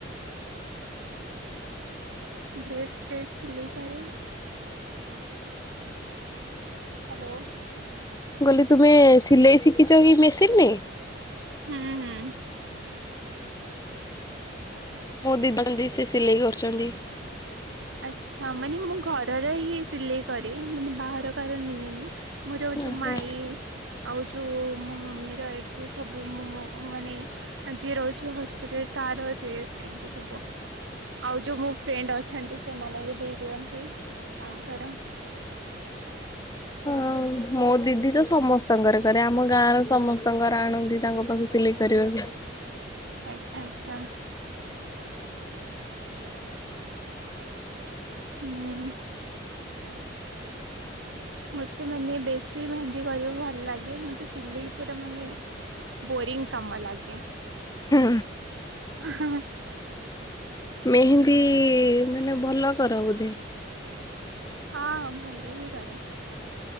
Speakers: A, on the right; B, on the left.
A: ଡ୍ରେସ ଫ୍ରେଶ ସିଲେଇ କରେ। ହାଲୋ।
B: କାହଲି ତୁମେ ସିଲେଇ ଶିଖିଚ କି ମେସିନ୍ ରେ?
A: ହୁଁ ହୁଁ
B: ମୋ ଦି ବାନ୍ତି ସେ ସିଲେଇ କରୁଚନ୍ତି।
A: ଆଛା ମାନେ ମୁଁ ଘରର ହିଁ ସିଲେଇ କରେ ମାନେ ବାହାର କାହାର ନିଏନି। ମୋର ଏଯୋଉଁ
B: ଓହୋ।
A: ମାଇଁ ଆଉ ଯୋଉଁ ଯୋଉଁ ମୋ ମମି ରହିଛି ସବୁ ମୁଁ ମାନେ ଯିଏ ରହିଛି ହଷ୍ଟେଲରେ ତାର- ଡ୍ରେସ ଏମତି ସବୁ ଆଉ ଯୋଉ ମୋ ଫ୍ରେଣ୍ଡ ଅଛନ୍ତି। ସେମାନେ ବି ଦେଇ ଦିଅନ୍ତି ତାଙ୍କର
B: ହଁ ମୋ ଦିଦି ତ ସମସ୍ତଙ୍କର କରେ ଆମ ଗାଁର ସମସ୍ତଙ୍କର ଆଣନ୍ତି ତାଙ୍କ ପାଖକୁ ସିଲେଇ କରିବାକୁ।
A: ଆଚ୍ଛା ଆଚ୍ଛା। ହୁଁ। ମତେ ମାନେ ବେଶୀ ମେହେନ୍ଦି କରିବାକୁ ଭଲ ଲାଗେ ମତେ ସିଲେଇ ପୁରା ମାନେ ବୋରିଂ କାମ ଲାଗେ।
B: ହୁଁ।
A: ଆ ହଁ।
B: ମେହେନ୍ଦି ମାନେ ଭଲ କର ବୋଧେ?
A: ହଁଁ ଭଲ ହିଁ କରେ।